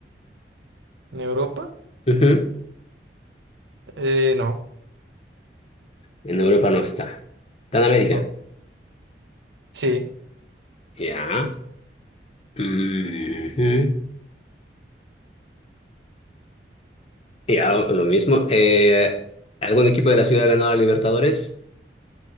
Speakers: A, on the right; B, on the left.
A: ¿En Europa?
B: Ujú.
A: Eh, no,
B: En Europa no está. ¿Está en América?
A: no. Sí.
B: Ya. Ujú. Ya, o- lo mismo. Eh, ¿algún equipo de la ciudad ha ganado a Libertadores?